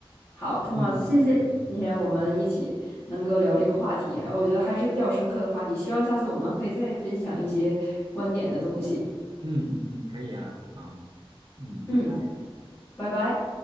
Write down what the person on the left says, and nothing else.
好，Thomas，
谢谢今天我们一起能够聊这个话题啊，
我觉得还是比较深刻的话题。希望下次我们可以再分享一些观点的东西。
嗯，
拜拜。